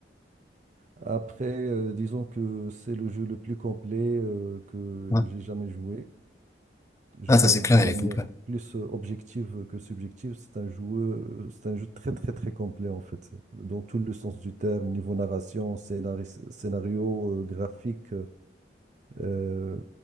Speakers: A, on the right (about 40°); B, on the left (about 15°).
A: Après, euh, disons que c'est le jeu le plus complet euh, que
B: Ouais.
A: j'ai jamais joué. Je
B: Ah,
A: parle
B: ça c'est clair,
A: d'une
B: il
A: manière
B: est complet.
A: plus euh, objective que subjective. C'est un jeu, euh, c'est un jeu très très très complet en fait, dans tout le sens du terme, niveau narration, scénaris- scénario, euh, graphique, euh,